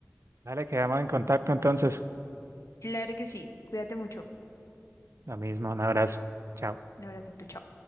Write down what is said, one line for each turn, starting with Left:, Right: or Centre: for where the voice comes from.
Right: Dale, quedamos en contacto entonces.
Left: Claro que sí, cuídate mucho.
Right: Lo mismo, un abrazo. Chao.
Left: Un abracito, chao.